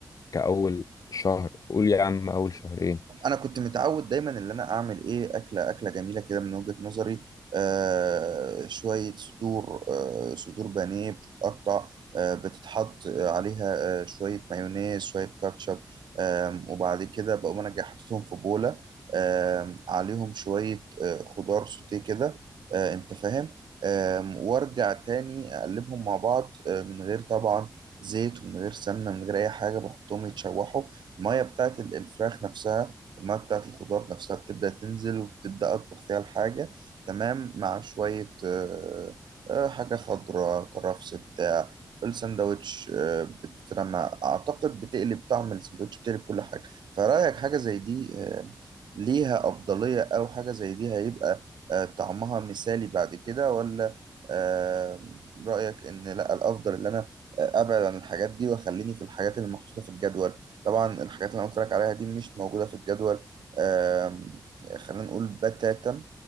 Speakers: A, on the left; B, on the right.
A: كأول شهر قول يا عم أول شهرين
B: انا كنت متعود دايما ان انا اعمل ايه اكله اكله جميله كده من وجهة نظري آه شويه صدور آه صدور بانيه بتتقطع آه بتتحط آه، عليها آه شويه مايونيز شويه كاتشب آم، وبعد كده بقوم انا جاي حاططهم في بوله آم، عليهم شويه آه خضار سوتيه كده آه انت فاهم آم، وارجع تاني اقلبهم مع بعض آه من غير طبعا زيت ومن غير سمنه من غير اي حاجه بحطهم يتشوحوا الميه بتاعت الفراخ نفسها المية بتاعت الخضار نفسها بتبدأ تنزل وبتبدأ أطبخ فيها الحاجة تمام مع شوية آه، آه، حاجة خضراء كرفس بتاع في الساندوتش آه، بتترمى أعتقد بتقلب طعم الساندوتش بتقلب كل حاجة فرأيك حاجة زي دي آه، ليها أفضلية أو حاجة زي دي هيبقى آه، طعمها مثالي بعد كده ولا آه، رأيك إن لأ الأفضل إن أنا آه، أبعد عن الحاجات دي وأخليني في الحاجات اللي محطوطة في الجدول طبعا الحاجات اللي انا قلت لك عليها دي مش موجوده في الجدول آم، خلينا نقول بتاتا